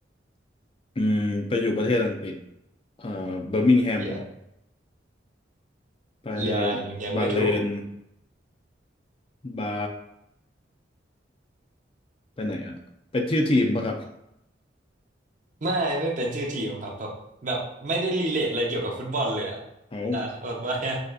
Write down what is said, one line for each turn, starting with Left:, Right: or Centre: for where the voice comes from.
Left: อืมไปอยู่ประเทศอังกฤษเอ่อเบอร์มิงแฮม
Right: อย่า
Left: ไป
Right: ยังยังไม่ถูก
Left: บาเลนบาไปไหนอ่ะเป็นชื่อทีมป่ะครับ
Right: ไม่ไม่เป็นชื่อทีมครับแบบแบบไม่ได้รีเลทอะไรเกี่ยวกับฟุตบอลเลยอะ
Left: เอา
Right: อ่ะ <laughs> อดไว้ให้